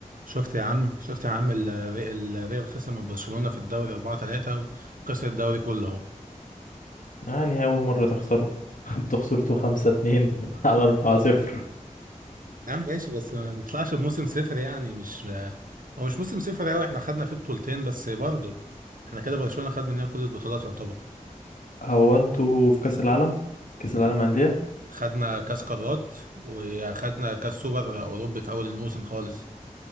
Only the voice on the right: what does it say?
شفت يا عم شفت يا عم ال- ال- الريال خسر من برشلونة في الدوري 4 3 وخسر الدوري كله اهو
نعم ماشي بس ما نطلعش بموسم صفر يعني مش هو مش موسم صفر قوي احنا خدنا فيه بطولتين بس برضه احنا كده برشلونة خد مننا كل البطولات يعتبر
خدنا كاس قارات وخدنا كاس سوبر اوروبي في اول الموسم خالص